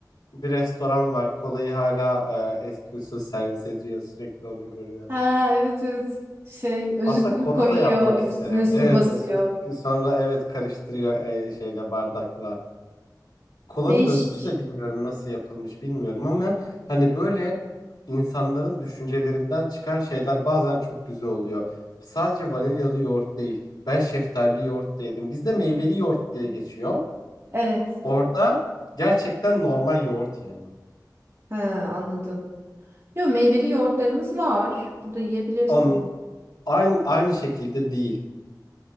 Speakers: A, on the left; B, on the right.
A: bir restoran var. Kolayı hala e, eski usul servis ediyor. Sürekli onu görüyorum.
B: Ha evet evet. Şey özütünü
A: Aslında kola
B: koyuyor,
A: da yapmak isterim.
B: üstüne su
A: Evet
B: basıyor.
A: e, so- sonra evet karıştırıyor e, şeyle bardakla. kolanın
B: Değişik.
A: özütü de bilmiyorum nasıl yapılmış bilmiyorum ama hani böyle insanların düşüncelerinden çıkan şeyler bazen çok güzel oluyor. Sadece vanilyalı yoğurt değil. Ben şeftalili yoğurt da yedim. Bizde meyveli yoğurt diye geçiyor.
B: Evet.
A: Orada gerçekten normal yoğurt yani.
B: Ha anladım. Yo meyveli yoğurtlarımız var. Burada yiyebilirsin.
A: Onun aynı aynı şekilde değil.